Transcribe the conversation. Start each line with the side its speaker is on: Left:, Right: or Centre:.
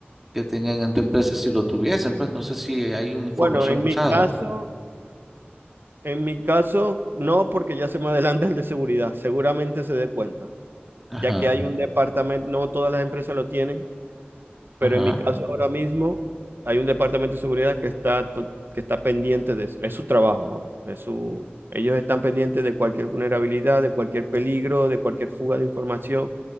Centre: que tengan en tu empresa, si lo tuviesen, pues no sé si hay una información
Right: Bueno, en
Centre: cruzada.
Right: mi caso... En mi caso, no, porque ya se me adelanta el de seguridad. Seguramente se dé cuenta,
Centre: Ajá,
Right: ya que hay un departamento, no todas las empresas lo tienen, pero
Centre: ajá,
Right: en mi caso ahora mismo hay un departamento de seguridad que está, to- que está pendiente de eso. Es su trabajo, ¿no? Es su, ellos están pendientes de cualquier vulnerabilidad, de cualquier peligro, de cualquier fuga de información.